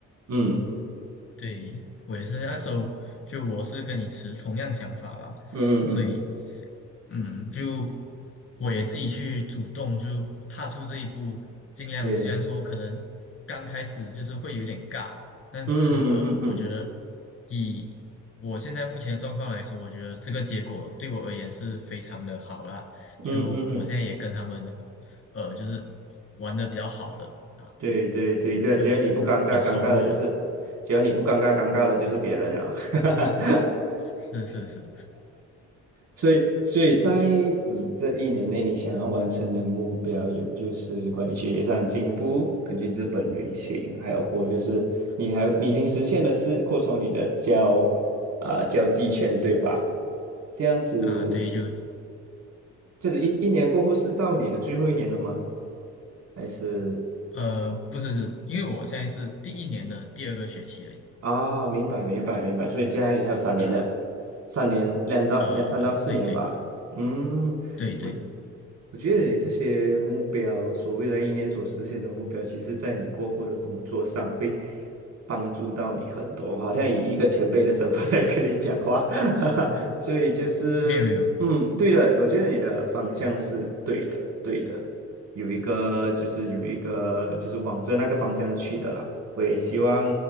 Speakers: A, on the right; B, on the left.
A: 嗯
B: 对，我也是那时候就我是跟你持同样想法吧，
A: 嗯嗯嗯嗯
B: 所以嗯，就我也自己去主动就踏出这一步，尽量虽然说可能刚开始就是会有点尬，
A: 对，
B: 但是呃，
A: 嗯嗯嗯
B: 我觉得以我现在目前的状况来说，我觉得这个结果对我而言是非常的好啦。就我现在也跟他们
A: 嗯嗯嗯嗯嗯。
B: 呃，就是玩的比较好了啊，
A: 对对对，
B: 对，
A: 对，
B: 就很很熟络了，
A: 只要你不尴尬，尴尬的就是，只要你不尴尬，尴尬的就是别人了。<laughs>
B: 是是是
A: 所以，所以在你这一年内，你想要完成的目标有就是管理学业上的进步，根据日本旅行，还有过就是你还你已经实现的是扩充你的交啊、呃交际圈，对吧？这样子，
B: 啊，对，就
A: 就是一一年过后是到你的最后一年了吗？还是？
B: 呃，不是是，因为我现在是第一年的第二个学期而已。
A: 啊，明白明白明白，所以家里还有三年的，
B: 啊。
A: 三年两到两三到四年吧。
B: 呃，对对
A: 嗯，
B: 对对，
A: 我我觉得你这些目标，所未来一年所实现的目标，其实在你过后的工作上会帮助到你很多。好像以一个前辈的身份 <laughs> 来跟你讲话，<laughs> 哈哈，所以就是嗯，
B: 没有没有，
A: 对的，我觉得你的方向是对的，对的，有一个就是有一个就是往着那个方向去的啦。我也希望